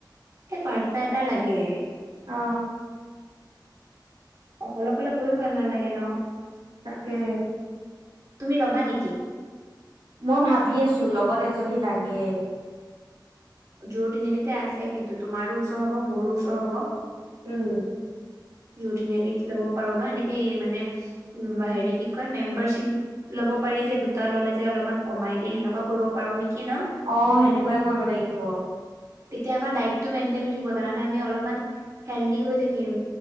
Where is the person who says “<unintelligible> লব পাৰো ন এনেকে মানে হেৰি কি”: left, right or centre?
Right